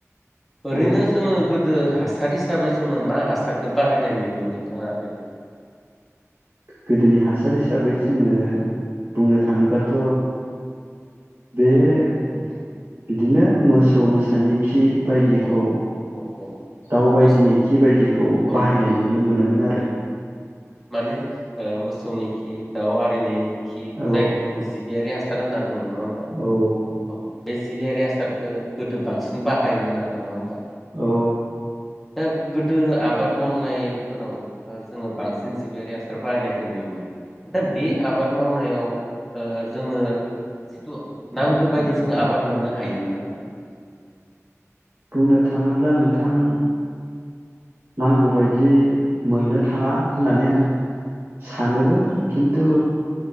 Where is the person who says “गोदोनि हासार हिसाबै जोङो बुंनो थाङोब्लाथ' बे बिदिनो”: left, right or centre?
Right